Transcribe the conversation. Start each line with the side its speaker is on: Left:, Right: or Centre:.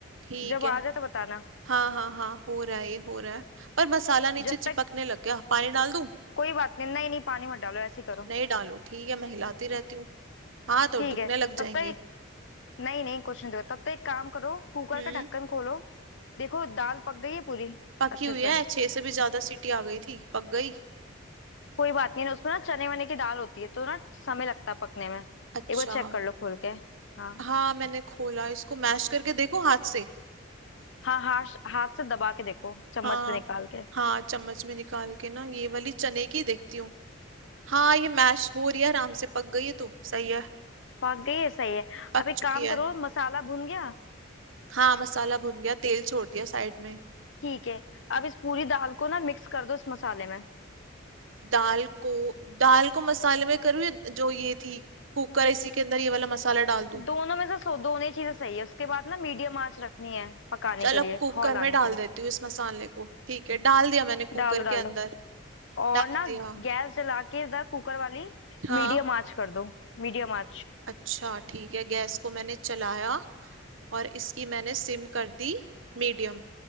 Right: ठीक
Left: जब
Right: है
Left: आ जाए तो बताना
Right: हाँ हाँ हाँ हो रहा है ये हो रहा है पर मसाला नीचे
Left: जब
Right: चिपकने
Left: तक
Right: लग गया पानी डाल दूं
Left: कोई बात नहीं नहीं नहीं पानी मत डालो ऐसे ही करो
Right: नहीं डालो ठीक है मैं हिलाती रहती हूँ हाथ और
Left: ठीक
Right: दुखने
Left: है
Right: लग
Left: तब
Right: जाएंगे
Left: तक एक- नहीं नहीं कुछ नहीं दो तब तक एक काम करो कुकर
Right: हम्म
Left: का ढक्कन खोलो देखो दाल पक गई है पूरी
Right: पकी
Left: अच्छे
Right: हुई
Left: से
Right: है छह से भी ज्यादा सीटी आ गई थी पक गई
Left: कोई बात नहीं ना उसमें ना चने वने की दाल होती है तो ना समय लगता है पकने में
Right: अच्छा
Left: एक बार चेक कर लो खोल के हाँ
Right: हाँ मैंने खोला इसको मैश करके देखो हाथ से
Left: हाँ हाथ हाथ से दबा के देखो चम्मच
Right: हाँ
Left: में निकाल के
Right: हाँ चम्मच में निकाल के ना ये वाली चने की देखती हूँ हाँ ये मैश हो रही है आराम से पक गई है तो सही है
Left: पक गई है सही है
Right: पक
Left: अब एक
Right: चुकी
Left: काम
Right: है
Left: करो मसाला भुन गया
Right: हाँ मसाला भुन गया तेल छोड़ दिया साइड में
Left: ठीक है अब इस पूरी दाल को ना मिक्स कर दो इस मसाले में
Right: दाल को दाल को मसाले में करूँ या जो ये थी कुकर इसी के अंदर ये वाला मसाला डाल दूं
Left: दोनों में से सो दोनों ही चीजें सही है उसके बाद ना मीडियम आंच रखनी है पकाने
Right: चलो
Left: के लिए
Right: कुकर
Left: खौल
Right: में
Left: आने
Right: डाल
Left: के लिए
Right: देती हूँ इस मसाले को ठीक है डाल दिया मैंने कुकर
Left: डालो डालो
Right: के अंदर
Left: और
Right: डाल
Left: ना
Right: दिया
Left: गैस जला के इधर कुकर वाली
Right: हाँ
Left: मीडियम आंच कर दो मीडियम आंच
Right: अच्छा ठीक है गैस को मैंने चलाया और इसकी मैंने सिम कर दी मीडियम